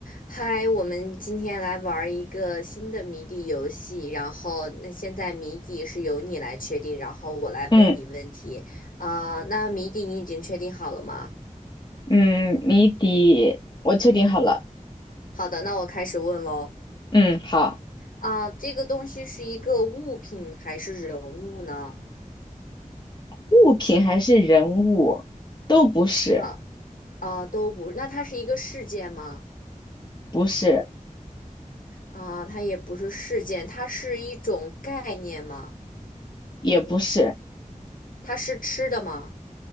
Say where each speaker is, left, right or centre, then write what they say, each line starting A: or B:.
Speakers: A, on the left; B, on the left.
A: 嗨，我们今天来玩儿一个新的谜底游戏，然后那现在谜底是由你来确定，然后我来问你问题。
B: 嗯
A: 啊、那谜底你已经确定好了吗？
B: 嗯，谜底我确定好了。
A: 好的，那我开始问喽。
B: 嗯，好，
A: 啊、这个东西是一个物品还是人物呢？
B: 物品还是人物，都不是，
A: 啊、啊、都不，那它是一个事件吗？
B: 不是，
A: 啊、它也不是事件，它是一种概念吗？
B: 也不是，
A: 它是吃的吗？